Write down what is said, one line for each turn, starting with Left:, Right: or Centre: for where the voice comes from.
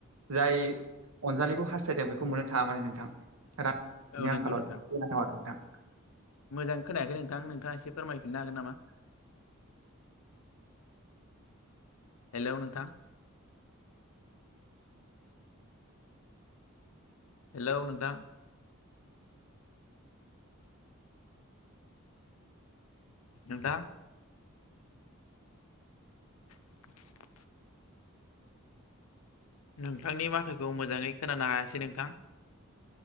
Right: जाय अनजालिखौ हास्थायदों बेखौ मोननो थाङा माने नोंथां। रांनि
Left: औ नोंगौ
Right: आंखालाव
Left: नोंथां
Right: आरो नोंथां।
Left: मोजां खोनायाखै नोंथां नोंथाङा एसे फोरमायफिननो हागोन नामा। हेल' नोंथां हेल' नोंथां नोंथां <unintelligible> नोंथांनि माथोखौ मोजाङै खोनानो हायासै नोंथां।